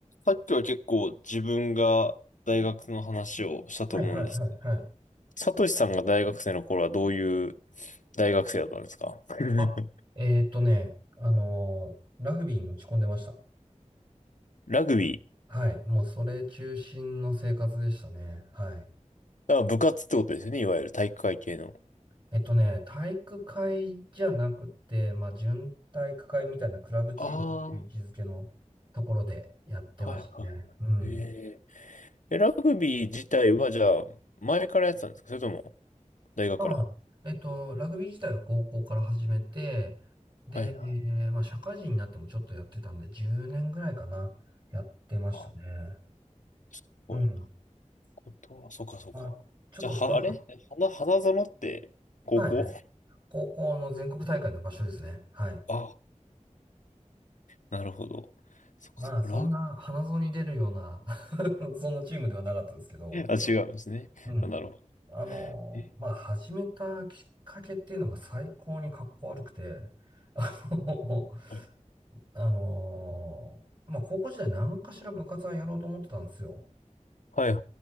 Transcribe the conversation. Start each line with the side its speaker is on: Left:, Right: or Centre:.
Left: さっきは結構自分が大学の話をしたと思うんです。
Right: はいはいはいはい。
Left: サトシさんが大学生の頃はどういう大学生だったんですか <laughs>
Right: あ、えーっとね、あのーラグビーに打ち込んでました。
Left: ラグビー。
Right: はい。もうそれ中心の生活でしたね。はい。
Left: だから部活ってことですよね、いわゆる体育会系の。
Right: えっとね、体育会じゃなくて、まあ、準体育会みたいなクラブチームという位置づけのところでやってましたね。
Left: ああ、はいはいはい。
Right: うん。
Left: えー、えラグビー自体はじゃあ前からやってたんですかそれとも大学から。
Right: まあ、えっと、ラグビー自体は高校から始めて、で、
Left: はいはい。
Right: まあ、社会人になってもちょっとやってたんで、10年ぐらいかな、やってましたね。
Left: あ、すごいな。
Right: うん。
Left: ことは、そっかそっか。
Right: まあちょっとその
Left: じゃあ、は、あれ花、花園って高校
Right: はいはい。高校の全国大会の場所ですね。はい。
Left: あ、なるほど。そっかそっか。
Right: まあ、そんな花園に出るような
Left: ラ
Right: <laughs> そんなチームではなかったんですけど、
Left: <laughs> あ、違うんですね。
Right: うん。
Left: あ、なるほど。
Right: あのまあ、
Left: え、
Right: 始めたきっかけっていうのが最高にかっこ悪くて、あの
Left: はい、
Right: あのまあ、高校時代何かしら部活はやろうと思ってたんですよ。
Left: はい、